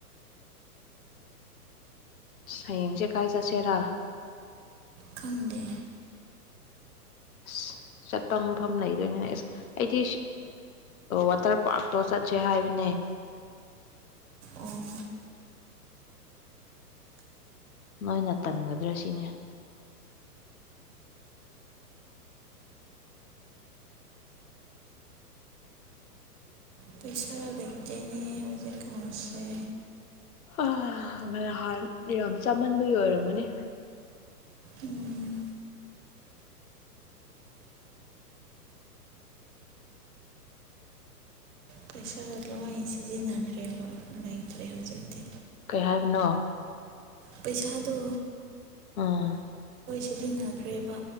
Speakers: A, on the left (about 60°); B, on the right (about 45°).
A: ꯍꯌꯦꯡꯁꯦ ꯀꯥꯏ ꯆꯠꯁꯦꯔꯥ
B: ꯈꯪꯗꯦ
A: ꯑꯁ ꯆꯠꯄ ꯃꯐꯝ ꯂꯩꯗꯣꯏꯅꯤꯅꯦ ꯑꯦꯁ ꯑꯩꯗꯤ ꯋꯥꯇꯔ ꯄꯥꯔꯛꯇꯣ ꯆꯠꯁꯦ ꯍꯥꯏꯕꯅꯦ
B: ꯑꯣ
A: ꯅꯣꯏꯅ ꯇꯟꯒꯗ꯭ꯔꯥ ꯁꯤꯅꯦ
B: ꯄꯩꯁꯥ ꯂꯩꯇꯦꯅꯦ ꯍꯧꯖꯤꯛ ꯀꯥꯟꯁꯦ
A: ꯑ ꯉꯍꯥꯟꯔꯣꯝ ꯆꯥꯃꯟꯕꯒꯤ ꯑꯣꯏꯔꯝꯃꯨꯅꯦ
B: ꯎꯝ ꯄꯩꯁꯥ ꯂꯋꯥꯏ ꯁꯤꯖꯤꯟꯅꯈ꯭ꯔꯦꯕ ꯂꯩꯇ꯭ꯔꯦ ꯍꯧꯖꯤꯛꯇꯤ
A: ꯀꯩ ꯍꯥꯏꯕꯅꯣ
B: ꯄꯩꯁꯥꯗꯨ
A: ꯑꯥ
B: ꯁꯤꯖꯤꯟꯅꯗ꯭ꯔꯦꯕ